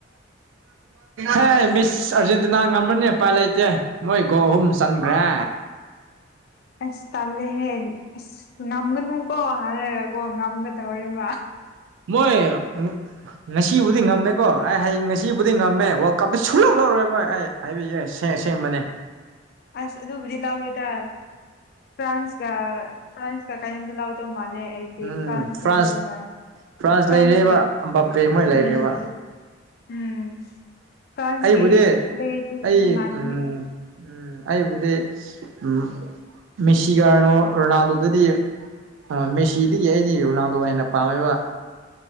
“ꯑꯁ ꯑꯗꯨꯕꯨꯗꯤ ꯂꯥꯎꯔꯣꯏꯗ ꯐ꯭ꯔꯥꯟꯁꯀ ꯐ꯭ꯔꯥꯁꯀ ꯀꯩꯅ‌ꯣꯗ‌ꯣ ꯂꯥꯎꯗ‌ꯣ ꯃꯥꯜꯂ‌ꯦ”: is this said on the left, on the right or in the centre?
Left